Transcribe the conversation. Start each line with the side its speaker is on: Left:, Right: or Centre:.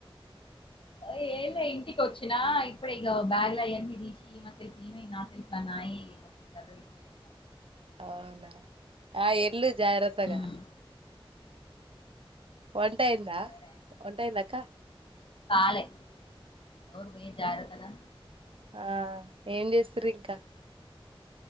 Left: హో ఏన్లే ఇంటికొచ్చిన్నా ఇప్పుడే ఇగా బ్యాగ్లైయని తీసి ఈమె తెలుఫుల ఈమై. నా తెలఫులా నాయి మొత్తం సాదిరిసిన
Right: అవునా ఆ ఏళ్ళు జారాతగా
Left: ఉమ్
Right: ఒంటైందా
Left: ఎవరే
Right: ఒంటైందక్క
Left: కాలే నోరు ముయి జాగ్రతగా
Right: ఆ ఆ ఎమ్ చేసురింకా